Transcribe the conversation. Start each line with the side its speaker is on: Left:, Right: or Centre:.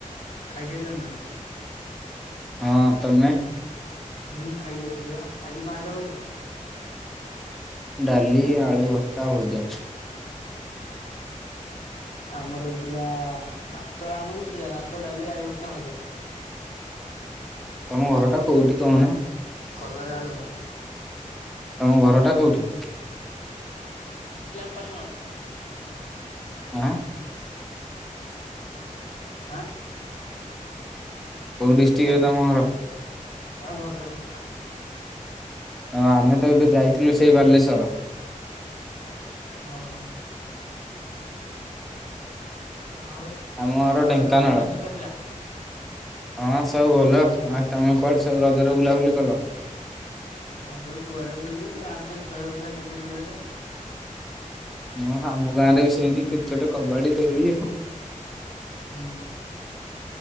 Left: ଖାଇସାରିଲଣିନା?
Centre: ହଁ ତମେ।
Left: ହୁଁ ଖାଇକି ଆସିଲିବା ଆଜି କଣ ଆଇଟମ୍ ହେଇଥିଲା।
Centre: ଡ଼ାଲି ଆଳୁ ଭର୍ତ୍ତା ଭଜା।
Left: ଆମର ହେଇଥିଲା ଭାତ ଆମରବି ସେଇଆ ଭାତ ଡ଼ାଲି ଆଳୁ ଭର୍ତ୍ତା ଭଜା।
Centre: ତମ ଘରଟା
Left: କ
Centre: କୋଉଠି କହୁନ?
Left: କଲରା ଆଳୁ ଭଜା।
Centre: ତମ ଘରଟା କୋଉଠି?
Left: <unintelligible>
Centre: ଆଁ।
Left: ଆଁ।
Centre: କଉ ଡିଷ୍ଟିକ୍
Left: ହାଲୋ
Centre: ରେ ତମ ଘର?
Left: ଆଉ ଭଦ୍ରକ।
Centre: ଆ ଆମେତ ଏବେ ଯାଇଥିଲୁ ସେଇ ବାଲେଶ୍ଵର।
Left: ଓହୋ। ଆଉ
Centre: ଆମ ଘର ଢେଙ୍କାନାଳ।
Left: ର ରଜ କେମିତି କଟିଲା?
Centre: ହଁ ସବୁ ଭଲ ଆଉ ତମେ କୁଆଡ଼େ ସବୁ ରଜରେ ବୁଲାବୁଲି କଲ?
Left: ରଜରେ କୁଆଡ଼େ ବୁଲିବୁ ଗାଁରେତ ଖେଳ ହଉଥିଲା କ୍ରିକେଟ୍ ଫ୍ରିକେଟ୍।
Centre: ହଁ ଆମ ଗାଁରେବି ସେମିତି କ୍ରିକେଟ୍ କବାଡି ଦୋଳି ଆଉ।
Left: ହୁଁ <unintelligible>